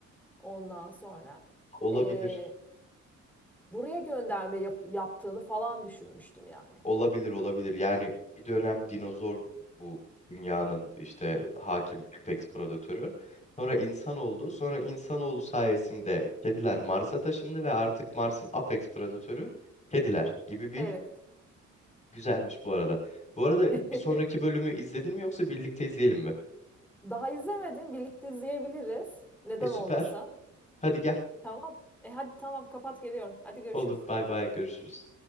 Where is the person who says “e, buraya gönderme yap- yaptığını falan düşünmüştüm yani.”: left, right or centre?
Centre